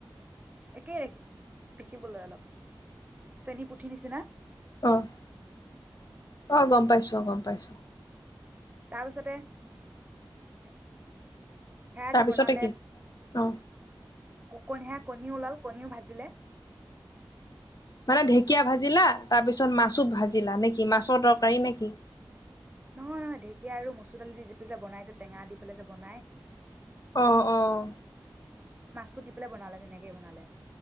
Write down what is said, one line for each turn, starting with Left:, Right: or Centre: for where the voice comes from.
Right: একেই দেখি দেখিবলৈ অলপ চেনী পুঠি নিচিনা।
Left: অ' অহ গম পাইছো অ' গম পাইছো।
Right: তাৰপিছতে সেৰা
Left: তাৰপিছতে
Right: দি বনালে
Left: কি অ
Right: ক কণ সে কণীও ওলাল কণীও ভাজিলে।
Left: মানে ঢেকীয়া ভাজিলা তাৰ পিছত মাছো ভাজিলা নেকি মাছৰ তৰকাৰী নেকি?
Right: নহয়-নহয় ঢেঁকীয়া আৰু মচুৰ দালি দি যি পি যে বনাই যে টেঙা দি পেলাই যে বনাই।
Left: অহ-অহ।
Right: চ দি পেলাই বনালে তেনেকে বনালে।